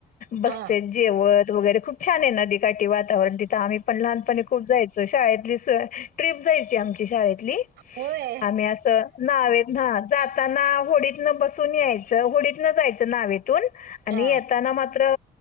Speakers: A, on the left; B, on the right.
A: बसत्यात
B: हा
A: जेवण वगैरे खूप छान आहे नदी काठी वातावरण तिथं आम्ही पण लहानपणी खूप जायचो शाळेतली सह ट्रिप जायची आम ती शाळेतली
B: होय
A: आम्ही अस नावेतन न्हाण जाताना होडीतन बसून यायचं होडीतन जायचं नावेतून. आणि
B: हा
A: येताना मात्र